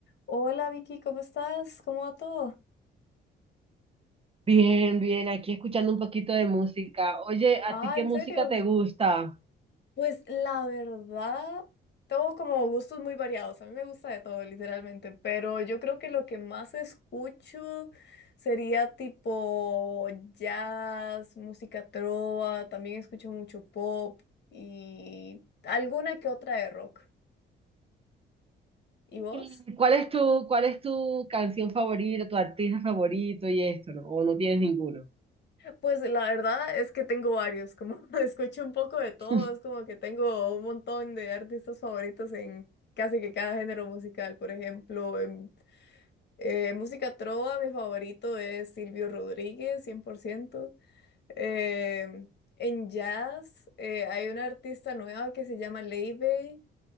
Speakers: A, on the left; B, on the right.
A: Hola Vicky, ¿cómo estás? ¿Cómo va todo?
B: Bien, bien, aquí escuchando un poquito de música. Oye, ¿a
A: Ah,
B: ti qué
A: ¿en
B: música
A: serio?
B: te gusta?
A: Pues la verdad, tengo como gustos muy variados. A mí me gusta de todo, literalmente. Pero yo creo que lo que más escucho sería tipo jazz, música trova. También escucho mucho pop y alguna que otra de rock. ¿Y vos?
B: ¿Y cuál es tu, cuál es tu canción favorita, tu artista favorito y esto, no? ¿O no tienes ninguno?
A: Pues la verdad es que tengo varios, como <laughs> escucho un poco de todo,
B: <laughs>
A: es como que tengo un montón de artistas favoritos en casi que cada género musical. Por ejemplo, en eh, música trova, mi favorito es Silvio Rodríguez, 100%. Em, en jazz, eh, hay una artista nueva que se llama Leibey,